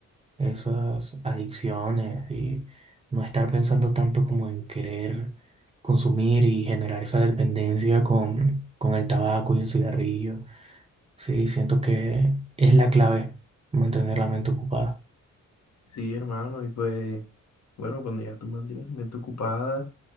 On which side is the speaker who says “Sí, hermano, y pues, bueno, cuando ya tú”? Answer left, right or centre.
Left